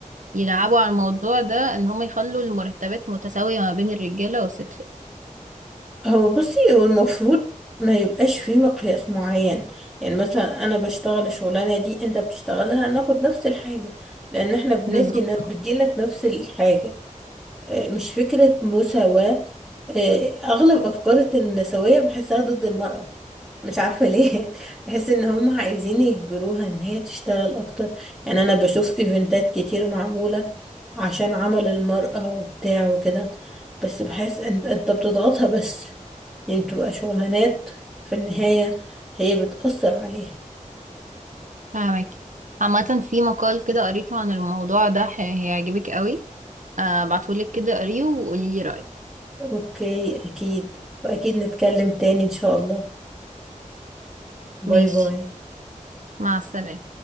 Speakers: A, on the right; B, in the centre.
A: يلعبوا على الموضوع ده إن هما يخلوا المرتبات متساوية ما بين الرجالة والستات
B: هو بصي هو المفروض ما يبقاش في مقياس معين يعني مثلا انا بشتغل الشغلانه دي انت بتشتغلها ناخد نفس الحاجه لان احنا بندي
A: بالظبط
B: بتديلك نفس الحاجه آه، مش فكرة مساواة آه، أغلب أفكار النسوية بحسها ضد المرأة مش عارفة ليه <laughs> بحس إن هم عايزين يجبروها إن هي تشتغل أكتر يعني أنا بشوف إيفنتات كتير معمولة عشان عمل المرأة وبتاع وكده بس بحس أنت أنت بتضغطها بس يعني بتبقى شغلانات في النهاية هي بتأثر عليها
A: فاهمك عامة في مقال كده قريته عن الموضوع ده ح- هيعجبك قوي آه، ابعتهولك كده قريه وقولي لي رأيك
B: أوكي أكيد وأكيد نتكلم تاني إن شاء الله
A: ماشي
B: باي باي
A: مع السلامة